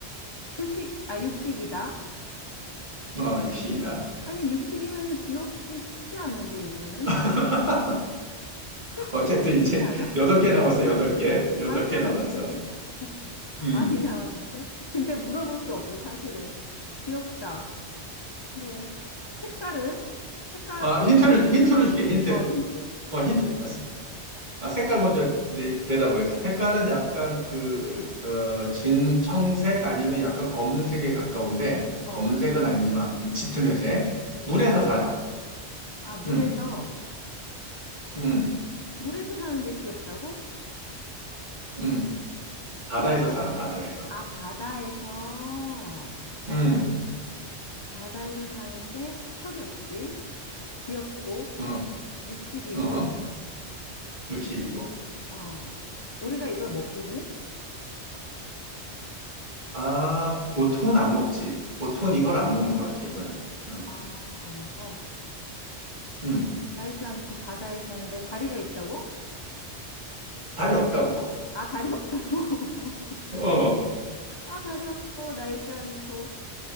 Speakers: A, on the left (about 30°); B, on the right (about 40°).
A: 초식 아 육식이다
B: 어, 유시이다.
A: 아니 육식이면서 귀엽기 쉽지 않은데 이거는
B: <laughs>
A: 그치
B: 어쨌든 이제
A: 그치 않아?
B: 여덟 개 남았어, 여덟 개. 여덟
A: 많이
B: 개
A: 남았네
B: 남았어.
A: <laughs>
B: 음.
A: 많이 나왔는데 근데 물어볼 게 없어 사실은 귀엽다 뭐 색깔은 색깔
B: 아,
A: 얘기해
B: 힌트를,
A: 줄 수
B: 힌트를
A: 있어?
B: 줄게, 힌트.
A: 어 힌트
B: 어, 힌트. 아, 스- 아, 색깔 먼저 내, 대답을 해서. 색깔은 약간 그, 어, 진청색 아니면 약간 검은색에 가까운데,
A: 어
B: 검은색은 아니지만 아무튼 짙은 회색.
A: 짙은색
B: 물에서 살아.
A: 아 물에서
B: 음, 음,
A: 물에서 사는데 귀엽다고?
B: 음. 바다에서
A: 그러면
B: 살아, 바다에서.
A: 아 바다에서
B: 음,
A: 바다에서 사는데 털이 없지 귀엽고
B: 어,
A: 육식이고
B: 어, 육식이고.
A: 어 우리가 이걸 먹기도 해?
B: 아, 보통은 안 먹지. 보통은 이걸 안 먹는 것 같아, 이거는. 음,
A: 아 안 먹어
B: 음.
A: 날지 않고 바다에 사는데 다리가 있다고?
B: 다리 없다고.
A: 아 다리 없다고 <laughs>
B: 어,
A: 아, 다리 없고, 날지 않고.